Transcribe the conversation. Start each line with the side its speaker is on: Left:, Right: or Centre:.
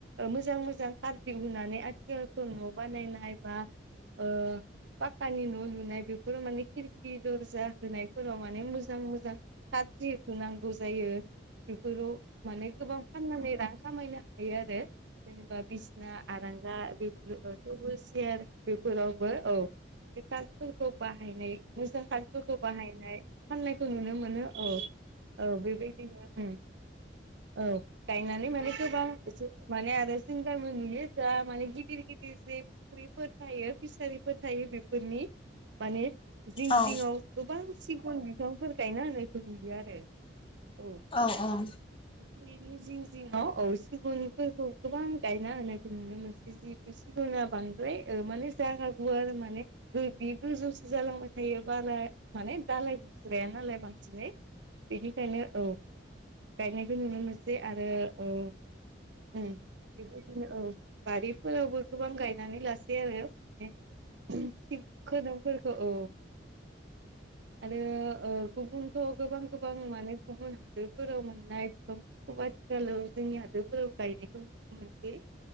Right: मोजां मोजां खार दिहुनानै आथिखालखौ न' बानायनाय बा ओ पाक्कानि न' लुनाय बेफोराव माने खिरखि दर्जा होनायफोराव माने मोजां मोजां गाज्रिथ नांगौ जायो। बेफोराव माने गोबां फाननानै रां खामायनो हायो आरो जेनेबा बिसना आरांगा बेफोर थेवबोस सियार बेफोरावबो औ बे कफोरखौ बाहायनाय मोजां क <unintelligible> खौ बाहायनाय फाननायखौ नुनो मोनो औ औ बेबायदिनो उम औ गायनानै माने गोबां एसे मानि आरो जों गामियाव नुनो थाङो गिदेर गिदेर जोब फाख्रिफोर थायो फिसारिफोर थायो बेफोरनि माने जिं
Left: औ उम औ
Right: जिङाव गोबां सिगुन बिफांफोर गायना होनायखौ नुयो आरो औ।
Left: औ औ
Right: फख्रिनि जिं जिङाव औ सिगुन फोरखौ गोबां गायना होनायखौ नुनो मोनसै जिहेथु सिगुना बांद्राय ओ माने जागा गुवार माने बि बि गोजौसो जालांबाय थायो बाला माने दालाय गुस्राया नालाय बांसिनै बेनिखायनो औ गायनायखौ नुनो मोनसै आरो औ उम बेबायदिनो औ बारिफोरावबो गोबां गायनानै लासै आरो माने खोदोमफोरखौ औ आरो ओ गुबुनथ' गोबां गोबां माने गुबुन हादोरफोराव मोननाय बिफां सब आथिखालाव जोंनि हादोरफोराव गायनायखौ नुनो मोनसै